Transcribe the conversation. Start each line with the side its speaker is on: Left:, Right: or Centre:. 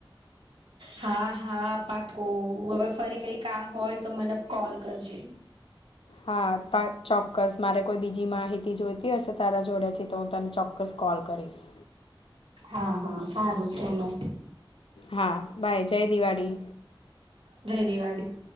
Right: હા હા પાકુ હવે ફરી કઈ કામ હોય તો મને કોલ કરજે.
Left: હા પાચ ચોક્કસ મારે કોઈ બીજી માહિતી જોઈતી હશે તારા જોડેથી તો. તને ચોક્કસ કોલ કરીશ.
Right: હા હા સારું ચલો.
Left: હા બાય જય દિવાળી.
Right: જય દિવાળી.